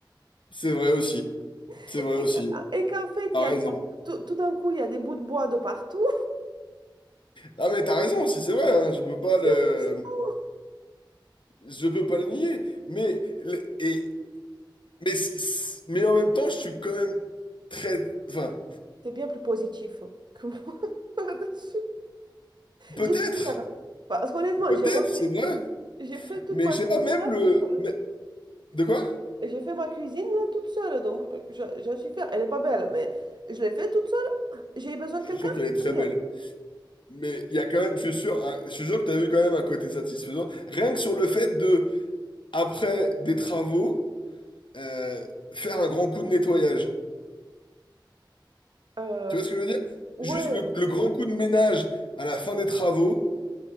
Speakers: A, on the left; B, on the right.
A: C'est vrai aussi. C'est
B: <laughs>
A: vrai aussi.
B: Et que- et qu'en fait,
A: T'as
B: il y a
A: raison.
B: de- tout, tout d'un coup, il y a des bouts de bois de partout.
A: Ah mais t'as raison aussi, c'est vrai, hein, je peux
B: <laughs>
A: pas
B: C'est
A: le
B: frustrant.
A: je peux pas le nier, mais le- et mais c- c- mais en même temps, je suis quand même très enfin,
B: T'es bien plus positif que moi <laughs> là-dessus.
A: peut-être,
B: J'étais fière. Parce qu'honnêtement,
A: peut-être,
B: j'ai refait,
A: c'est vrai,
B: j'ai fait toute
A: mais
B: ma
A: je sais
B: cuisine
A: pas même
B: là
A: le
B: toute seule.
A: mais- de quoi?
B: Et j'ai fait ma cuisine là toute seule, donc euh, je, je suis fière. Elle est pas belle, mais je l'ai fait toute seule. J'ai eu besoin
A: Je
B: de quelqu'un?
A: suis sûr qu'elle est très
B: Nickel.
A: belle. Mais il y a quand même, je suis sûr, hein, je suis sûr que t'as vu quand même un côté satisfaisant. Rien que sur le fait de, après des travaux, euh, faire un grand coup de nettoyage.
B: Euh,
A: Tu vois ce que je veux dire?
B: ouais,
A: Juste le, le grand coup de ménage à la fin des travaux,